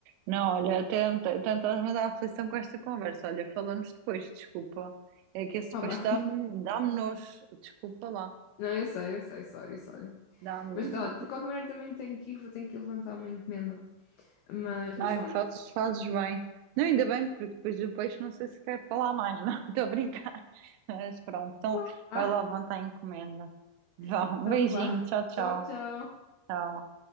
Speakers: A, on the right; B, on the left.
A: Não, olha, até estás-me a dar aflição com esta conversa. Olha, falamos depois, desculpa. É que esse depois
B: Ah, bem.
A: dá-me dá-me nojo. Desculpa lá.
B: Não, eu sei, eu sei, sorry, sorry.
A: Dá-me.
B: Mas tá, de qualquer maneira também tenho que ir, vou ter que levantar uma encomenda. Mas depois
A: Ai,
B: falamos.
A: fazes, fazes bem. Não, ainda bem, porque depois do peixe não sei se quero falar mais, não. <laughs> Estou a brincar. Mas pronto, então
B: Uá.
A: vai lá levantar a encomenda. Vá,
B: Então
A: um beijinho.
B: vá.
A: Tchau, tchau.
B: Tchau, tchau.
A: Tchau.